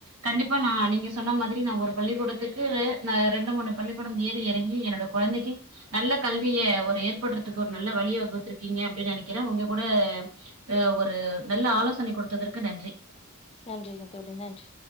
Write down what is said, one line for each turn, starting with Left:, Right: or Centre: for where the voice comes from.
Right: கண்டிப்பா நா நீங்க சொன்ன மாதிரி நா ஒரு பள்ளிக்கூடத்துக்கு நா ரெண்டு மூணு பள்ளிக்கூடம் ஏறி எறங்கி என்னோட கொழந்தைக்கி நல்ல கல்விய ஒரு ஏற்படுறதுக்கு ஒரு நல்ல வழிய வகுத்துருக்கீங்க நெனைக்கிறே உங்க கூட அ ஒரு நல்ல ஆலோசனை குடுத்ததற்கு நன்றி
Left: நன்றிங்க தோழி நன்றி